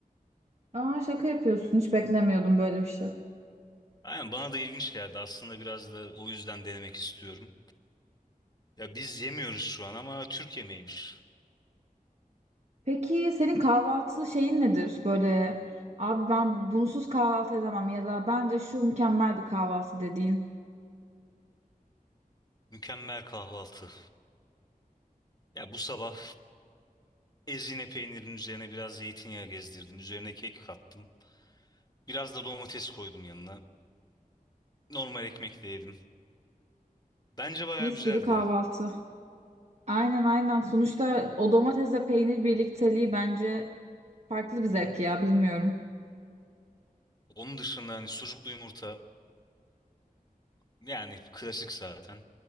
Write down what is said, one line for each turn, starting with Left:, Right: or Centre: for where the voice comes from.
Right: Aa şaka yapıyorsun hiç beklemiyordum böyle bir şey.
Left: Aynen bana da ilginç geldi. Aslında biraz da o yüzden denemek istiyorum. Ya biz yemiyoruz şu an ama Türk yemeğiymiş.
Right: Peki senin kahvaltı şeyin nedir? Böyle abi ben bunsuz kahvaltı edemem ya da bence şu mükemmel bir kahvaltı dediğin.
Left: Mükemmel kahvaltı. Ya bu sabah ezine peynirinin üzerine biraz zeytinyağı gezdirdim. Üzerine kek kattım. Biraz da domates koydum yanına. Normal ekmekle yedim. Bence bayağı
Right: Mis
Left: güzeldi
Right: gibi kahvaltı.
Left: ya.
Right: Aynen aynen. Sonuçta o domatesle peynir birlikteliği bence farklı bir zevk ya bilmiyorum.
Left: Onun dışında hani sucuklu yumurta yani klasik zaten.